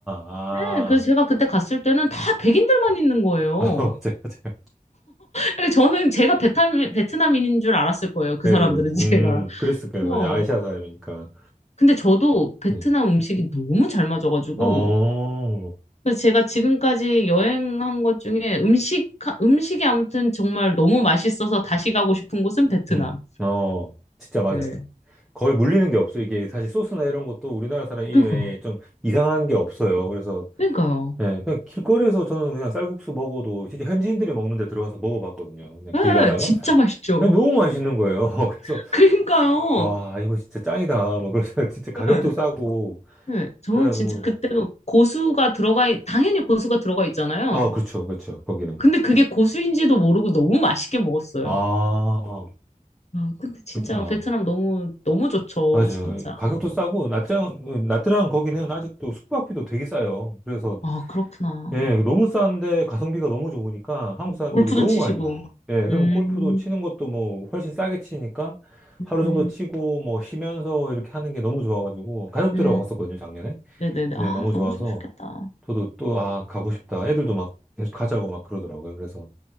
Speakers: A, in the centre; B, on the left.
A: 아,
B: 네, 그래서 제가 그때 갔을 때는 다 백인들만 있는 거예요.
A: <laughs> 아, 맞아요, 맞아요.
B: 그러니까 저는 제가 베트남, 베트남인인 줄 알았을 거예요, 그
A: 네네네.
B: 사람들은 제가.
A: 음, 그랬을 거예요.
B: 어.
A: 맞아요. 아시아 사람이니까.
B: 근데 저도 베트남
A: 네.
B: 음식이 너무 잘 맞아가지고
A: 어,
B: 그래서 제가 지금까지 여행한 것 중에 음식, 음식이 아무튼 정말 너무 맛있어서 다시 가고 싶은 곳은 베트남.
A: 음, 어, 진짜 맞아요.
B: 네.
A: 거의 물리는 게 없어요. 이게 사실 소스나 이런 것도 우리나라 사람 이외에
B: 그러니까,
A: 좀 이상한 게 없어요. 그래서
B: 그러니까요.
A: 네, 그냥 길거리에서 저는 그냥 쌀국수 먹어도 진짜 현지인들이 먹는 데 들어가서 먹어봤거든요. 그냥
B: 예,
A: 길 가다가.
B: 진짜 맛있죠.
A: 그냥 너무 맛있는 거예요. <laughs> 그래서,
B: <laughs> 그러니까요.
A: 와, 이거 진짜 짱이다. 막 그래서 <laughs> 진짜 가격도
B: 예,
A: 싸고.
B: 예, 저는
A: 그래가지고.
B: 진짜 그때도 고수가 들어가, 있- 당연히 고수가 들어가 있잖아요.
A: 아, 그렇죠. 그렇죠. 거기는 그렇죠.
B: 근데 그게 고수인지도 모르고 너무 맛있게 먹었어요.
A: 아,
B: 아, 근데 진짜
A: 그렇구나.
B: 베트남 너무, 너무 좋죠,
A: 맞아요.
B: 진짜.
A: 가격도 싸고, 낮장, 낮드랑 거기는 아직도 숙박비도 되게 싸요. 그래서
B: 아, 그렇구나.
A: 예, 그 너무 싼데 가성비가 너무 좋으니까 한국 사람들이
B: 골프도
A: 너무
B: 치시고.
A: 많이 와요. 예, 그럼
B: 음,
A: 골프도 치는 것도 뭐 훨씬 싸게 치니까
B: 음,
A: 하루 정도 치고 뭐 쉬면서 이렇게 하는 게 너무 좋아가지고 가족들하고
B: 음.
A: 갔었거든요, 작년에.
B: 네네네.
A: 네,
B: 아,
A: 너무 좋아서
B: 너무 좋으셨겠다.
A: 저도 또, 아, 가고 싶다. 애들도 막 계속 가자고 막 그러더라고요. 그래서